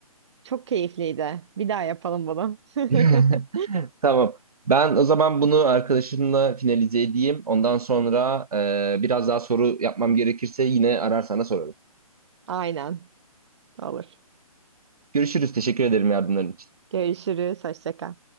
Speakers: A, on the right (about 50°); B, on the right (about 75°).
A: Çok keyifliydi. Bir daha yapalım bunu. <laughs>
B: <laughs> Tamam. Ben o zaman bunu arkadaşımla finalize edeyim. Ondan sonra e, biraz daha soru yapmam gerekirse yine arar sana sorarım.
A: Aynen. Olur.
B: Görüşürüz. Teşekkür ederim yardımların için.
A: Görüşürüz. Hoşça kal.